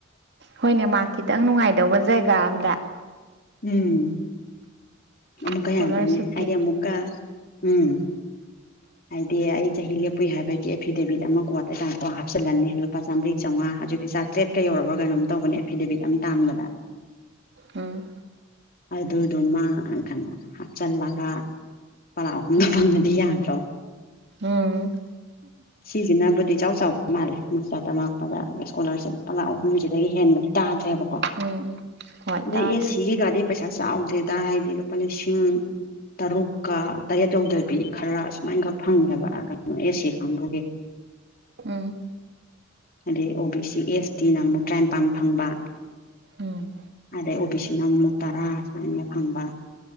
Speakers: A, on the right; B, on the left.
A: ꯍꯣꯏꯅꯦ ꯃꯥꯔꯛ ꯈꯤꯇꯪ ꯅꯨꯡꯉꯥꯏꯗꯧꯕ ꯖꯩꯒꯥ ꯑꯝꯗ
B: ꯎꯝ ꯑꯃꯨꯛꯀꯥ
A: ꯏꯁꯀꯣꯂꯥꯔꯁꯤꯞꯀꯤ
B: ꯌꯥꯗ꯭ꯔꯦꯅꯦ ꯍꯥꯏꯗꯤ ꯑꯃꯨꯛꯀꯥ ꯎꯝ ꯍꯥꯏꯗꯤ ꯑꯩ ꯆꯍꯤ ꯂꯦꯞꯄꯨꯏ ꯍꯥꯏꯕꯒꯤ ꯑꯦꯐꯤꯗꯦꯕꯤꯠ ꯑꯃ ꯀꯣꯔꯠꯇꯥ ꯇꯥꯟꯊꯣꯛꯑ ꯍꯥꯞꯆꯤꯜꯂꯅꯤ ꯂꯨꯄꯥꯥ ꯆꯝꯔꯤ ꯆꯧꯉꯥ ꯍꯧꯖꯤꯛꯇꯤ ꯆꯥ ꯇ꯭ꯔꯦꯠꯀꯥ ꯌꯧꯔꯕ꯭ꯔꯥ ꯀꯩꯅꯣꯝ ꯇꯧꯕꯅꯦ ꯑꯦꯐꯤꯗꯦꯕꯤꯠ ꯑꯃ ꯇꯥꯟꯕꯗ
A: ꯎꯝ
B: ꯑꯗꯨ ꯗꯨꯃꯥ ꯑꯥ ꯀꯥꯅꯣ ꯍꯥꯞꯆꯤꯜꯂꯒ ꯂꯨꯄꯥ ꯂꯥꯛ ꯑꯍꯨꯝꯗꯣ ꯐꯪꯉꯗꯤ ꯌꯥꯗ꯭ꯔꯣ
A: ꯎꯝ
B: ꯁꯤꯖꯤꯅꯕꯨꯗꯤ ꯏꯆꯥꯎ ꯆꯥꯎꯕ ꯃꯥꯜꯂꯦ ꯃꯥꯁꯇꯔ ꯇꯝꯃꯛꯄꯗ ꯏꯁꯀꯣꯂꯥꯔꯁꯤꯞ ꯄꯂꯥꯛ ꯑꯍꯨꯝꯖꯤꯗꯒꯤ ꯍꯦꯟꯕꯅꯦ ꯇꯥꯗ꯭ꯔꯦꯕꯀꯣ
A: ꯎꯝ ꯎꯝ ꯍꯣꯏ
B: ꯑꯗꯩ
A: ꯇꯥꯗ꯭ꯔꯦ
B: ꯑꯦꯁꯤꯒꯤ ꯒꯥꯗꯤ ꯄꯩꯁꯥ ꯆꯥꯎꯗꯦꯗ ꯍꯥꯏꯗꯤ ꯂꯨꯄꯥ ꯂꯤꯁꯤꯡ ꯇꯔꯨꯛꯀꯥ ꯇꯔꯦꯠ ꯌꯧꯗꯕꯤ ꯈꯔ ꯁꯨꯃꯥꯏꯟ ꯈꯛ ꯐꯪꯉꯦꯕ ꯀꯩꯅꯣ ꯑꯦ ꯁꯤ ꯀꯥꯡꯕꯨꯒꯤ
A: ꯎꯝ
B: ꯑꯗꯩ ꯑꯣ ꯕꯤ ꯁꯤ ꯑꯦꯁ ꯇꯤꯅ ꯑꯃꯨꯛ ꯇꯔꯥꯅꯤꯄꯥꯟ ꯐꯪꯕ
A: ꯎꯝ
B: ꯑꯗꯩ ꯑꯣꯕꯤ ꯁꯤꯅ ꯑꯃꯨꯛ ꯇꯔꯥ ꯁꯨꯃꯥꯏꯅ ꯐꯪꯕ